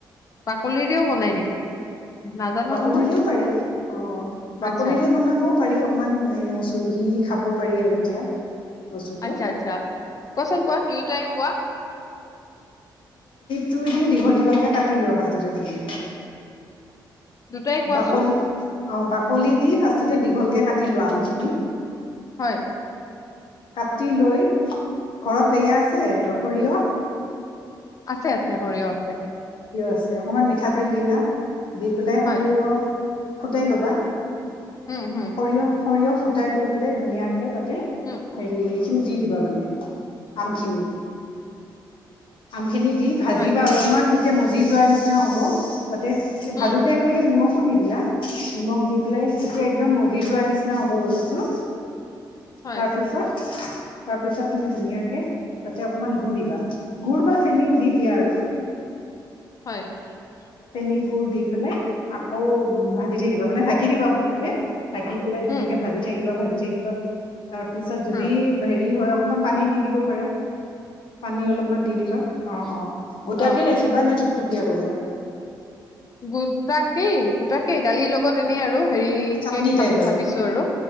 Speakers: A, on the left (about 40°); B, on the left (about 70°).
A: বাকলিৰ ও বনাই নেকি নাজানো
B: বাকলিৰেও
A: নহয়
B: পাৰি, অঁ' বাকলিৰে
A: আচ্ছা
B: বনাবওঁ পাৰি, অকনমান চুহি খাব পাৰি আৰু এতিয়া বস্তুটো
A: আচ্ছা আচ্ছা কোৱাচোন কোৱা দুয়োটাই কোৱা
B: তুই দি দীঘল দীঘলকে কাটি লোৱা, ফ্ৰাষ্টতে ত দি
A: দুটাই কোৱাচোন
B: বাকলি অঁ বাকলি দি ফাৰ্ষ্ট তে দীঘলকৈ কাটি লোৱা আমখিনি
A: হয়,
B: কাটি লৈ, ঘৰত এয়া আছে। সৰিয়হ
A: আছে, আছে সৰিয়হ আছে
B: আছে অকমান মিঠাতেল দিলা দি পেলাই সৰিয়হ
A: হয়
B: ফুটাই ল'বা।
A: উম হম
B: সৰিয়হ, সৰিয়হ ফুটাই লৈ পেলাই ধুনীয়াকে ত
A: উম
B: হেৰি দিব মানে আম খিনি খিনি দি ভাজি
A: হয়
B: বা অলপমান এতিয়া মদি যোৱাৰ নিচিনা হ'ব তাতে ভাজোতে
A: উম
B: একেলগে নিমখ ো দি দিলা নিমখ দি পেলাই যেতিয়া একদম মজি যোৱাৰ নিচিনা হ'ব বস্তুটো
A: হয়
B: তাৰপিছত তাৰ পিছত তুমি ধুনীয়াকে তাতে অকমান গুড় দিবি, গুড় বা চেনি যি দিয়া আৰু
A: <inaudible>
B: চেনি গুডুৰ দি পেলাই আকৌ ভাজি থাকিবা, মানে ঢাকি দিব ফ্ৰাষ্টতে থাকি পেলাই ধুনীয়াকে
A: উম
B: ভাজি থাকিব ভাজি থাকিবা তাৰ পিছত যদি
A: উম
B: হেৰি হয় অকমান পানী দি দিব পাৰা, পানী অলপমান দি দিবা। অ' অ'গোটাকে
A: অ
B: ৰাখিবা নে থু তুপীয়া কৰিবা?
A: গোটাকেই গোটাকেই দালিৰ লগত এনেই আৰু হেৰি
B: চাটনি
A: কে
B: টাইপ
A: খাম
B: আৰু
A: ভাবিছো আৰু